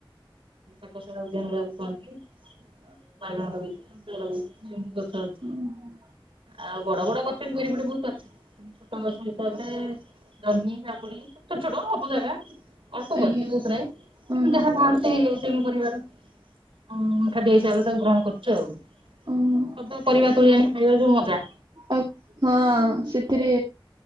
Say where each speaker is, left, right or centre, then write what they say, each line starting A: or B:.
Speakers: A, on the right; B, on the right.
A: ଆକାଶାନ ଯାଉନ୍ତି। ବାଇ ହଲେଇି ହଲ ଗ <unintelligible>
B: ଉଁ ହା।
A: ଆଉ ବଡ ବଡ ଗଛ, ଏମି ବାରି ପଟେ ବୁଲତା, କିନ୍ତୁ ଛୋଟ ଗଛ ଏଇ ତାପେ ଜହ୍ନି, କାକୁଡି, ଛୋଟ ଛୋଟ ଅପ ଜାଗା, ଅଳ୍ପ
B: ଆଜ୍ଞା
A: କରିଛି। ବହୁତ ନାହିଁ,
B: ଉଁ
A: କିନ୍ତୁ
B: ହୁଁ
A: ଯାହା ବାହାରୁଚି ହେଇଯାଉଛି ଆମ ପରିବାର, ଉମ୍ ଖାଦ୍ୟ ହିସାବରେ ତାକୁ ଗ୍ରହଣ କରୁଛୁ ଆଉ।
B: ଉଁ ହୁଁ
A: ସଜ ପରିବା ତୁଳି ଆଣି ଖାଇବାରେ ଯୋଉ ମଜା!
B: ଆଉ, ହଁ ସେଥିରେ,